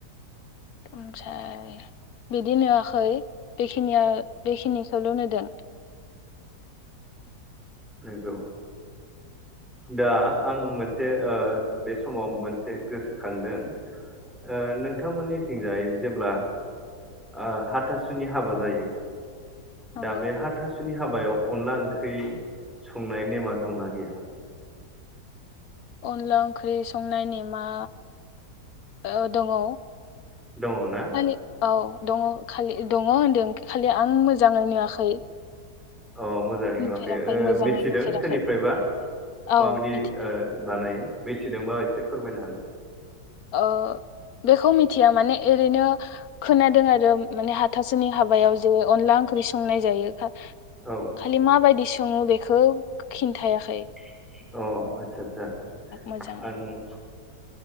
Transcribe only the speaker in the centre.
नंगौ दा आं मोनसे आ बे समाव मोनसे गोसोखांदों ओ नोंथांमोननिथिंजाय जेब्ला आ हाथासुनि हाबा जायो।
दा बे हाथासुनि हाबा। हबायाव अनला ओंख्रि। संनाय नेमा दंना गैया?
दङ ना?
अ मोजाङै
नुवाखै
मिथिदों
सोरनिफ्रायबा
माबायदि
ओ बानायो। मिथिदोंबा एसे फोरमायनो हागोन।
औ
अ आदसा आतसा
आं